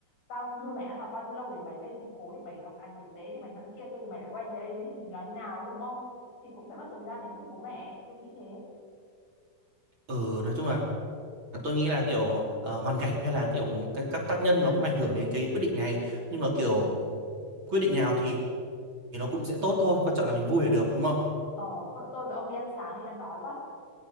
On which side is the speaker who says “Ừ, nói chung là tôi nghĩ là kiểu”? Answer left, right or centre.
Right